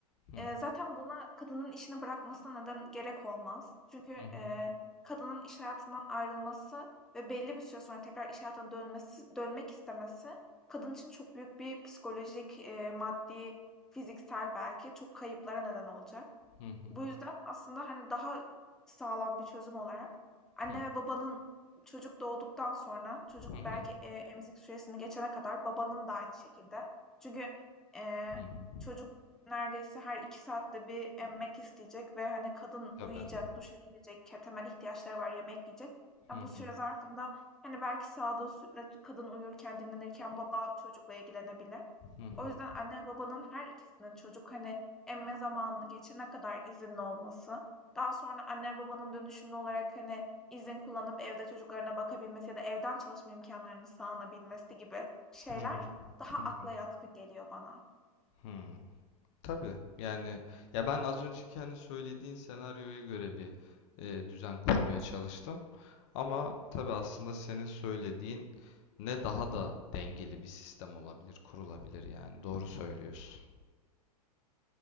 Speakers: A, on the left; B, in the centre.
A: hı.
B: Eee, zaten buna kadının işini bırakmasına neden gerek olmaz. Çünkü,
A: Hı hı.
B: eee, kadının iş hayatından ayrılması ve belli bir süre sonra tekrar iş hayatına dönmesi dönmek istemesi kadın için çok büyük bir psikolojik, eee, maddi, fiziksel belki çok kayıplara neden olacak.
A: Hı hı.
B: Bu yüzden aslında, hani, daha sağlam bir çözüm olarak anne
A: Hı.
B: ve babanın çocuk doğduktan sonra çocuk
A: Hı hı.
B: belki, eee, emzik süresini geçene kadar babanın da aynı şekilde. Çünkü, eee,
A: Hı hı.
B: çocuk neredeyse her 2 saatte bir emmek isteyecek ve, hani, kadın
A: Tabii.
B: uyuyacak, duşa girecek, ke temel ihtiyaçları var, yemek yiyecek.
A: Hı
B: Ya,
A: hı.
B: bu süre zarfında, hani, belki sağdığı sütle kadın uyurken, dinlenirken baba çocukla ilgilenebilir.
A: Hı hı.
B: O yüzden anne babanın her ikisinin çocuk hani emme zamanını geçene kadar izinli olması, daha sonra anne babanın dönüşümlü olarak hani izin kullanıp evde çocuklarına bakabilmesi ya da evden çalışma imkanlarını sağlanabilmesi gibi şeyler
A: Hı hı.
B: daha
A: Hı
B: akla
A: hı.
B: yatkın geliyor bana.
A: Hı. Tabii. Yani ya ben az önceki hani söylediğin senaryoya göre bir e, düzen kurmaya çalıştım. Ama tabii aslında senin söylediğin ne daha da dengeli bir sistem olabilir, kurulabilir yani. Doğru söylüyorsun.